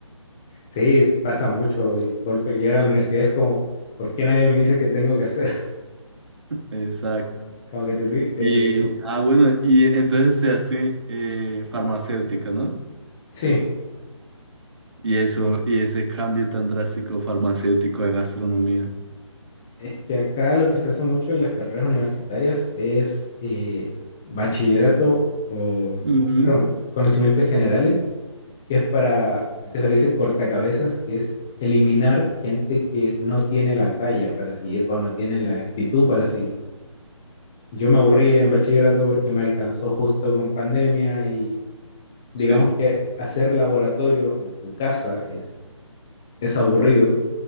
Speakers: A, in the centre; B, on the right (about 60°).
A: Sí, es- pasa mucho el golpe. Llega a la universidad es como, ¿por qué nadie me dice qué tengo que hacer? <laughs>
B: Exacto.
A: Como que te, di- te-
B: Y,
A: no.
B: ah, bueno, y entonces se hace eh, farmacéutica, ¿no?
A: Sí,
B: Y eso, y ese cambio tan drástico farmacéutico a gastronomía.
A: es que acá lo que se hace mucho en las carreras universitarias es eh, bachillerato o
B: Ujú,
A: claro, conocimientos generales, que es para, que se le dice cortacabezas, que es eliminar gente que no tiene la talla para seguir o no tiene la actitud para seguir. Yo me aburrí en bachillerato porque me alcanzó justo con pandemia y digamos
B: Sí.
A: que hacer laboratorio en tu casa es, es aburrido,